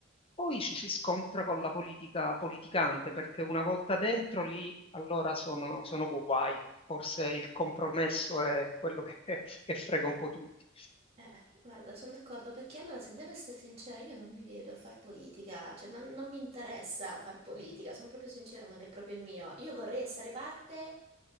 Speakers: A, on the left (about 30°); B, on the right (about 30°).
A: Poi ci si scontra con la politica politicante, perché una volta dentro lì allora sono, sono guai. Forse il compromesso è quello che, che frega un po' tutti.
B: Eh, guarda, sono d'accordo perché allora, se devo essere sincera, io non mi vedo a far politica, cioè non, non mi interessa far politica, sono proprio sincera, non è proprio il mio. Io vorrei essere parte